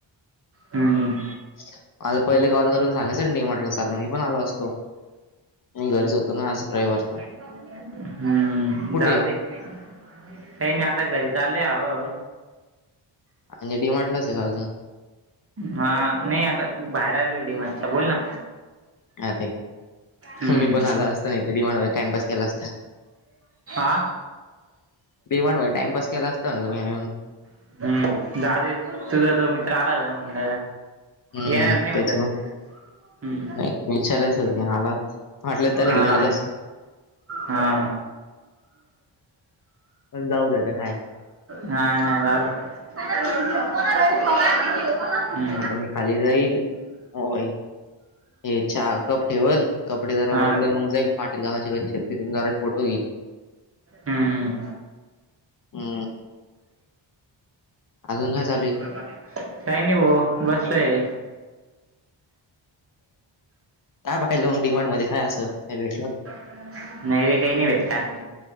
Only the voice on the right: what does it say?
हम्म.
<unintelligible> हम्म जाऊ
दे काही नाही आता घरी चालले हा-
हा नाही आता बाहेर आलं डीमार्ट बोल ना
हम्म
आ
<unintelligible> हम्म जाऊ तुझा तो मित्र आला म्हण.
येणार नाही म्हणला
तू हम्म
हा
हा
ह. <unintelligible> हो का ना.
हा
हम्.
अ काही नाही भाउ बसलोय.
नाहीैरे काही नाही भेटला असं